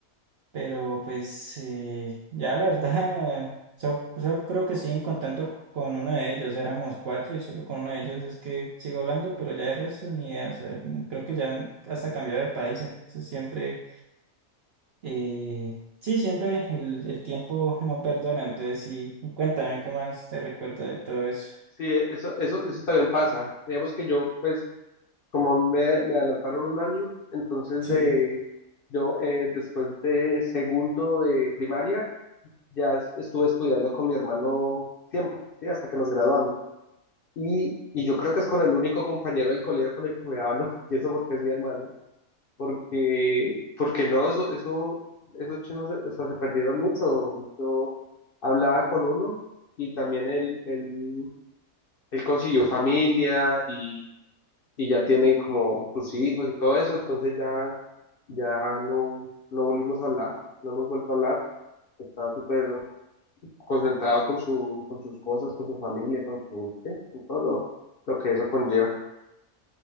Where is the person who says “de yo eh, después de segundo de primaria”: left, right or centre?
Left